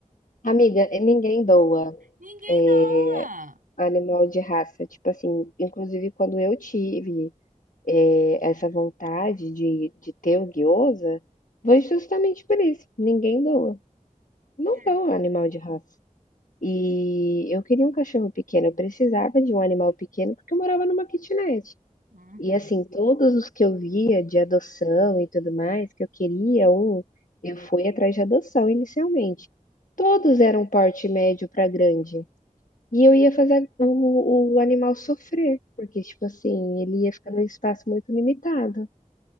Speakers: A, on the left (about 70°); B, on the right (about 75°).
A: Amiga, e ninguém doa
B: Ninguém
A: é,
B: doa!
A: animal de raça. Tipo assim, inclusive quando eu tive é, essa vontade de, de ter o guiosa, foi justamente por isso. Ninguém doa. Não
B: É.
A: doa animal de raça. E eu queria um cachorro pequeno. Eu precisava de um animal pequeno porque eu morava numa kitnet.
B: Uhum,
A: E assim, todos os que eu via de adoção e tudo mais, que eu queria um, eu fui atrás de adoção inicialmente. Todos eram porte médio para grande, e eu ia fazer o o animal sofrer, porque, tipo assim, ele ia ficar num espaço muito limitado.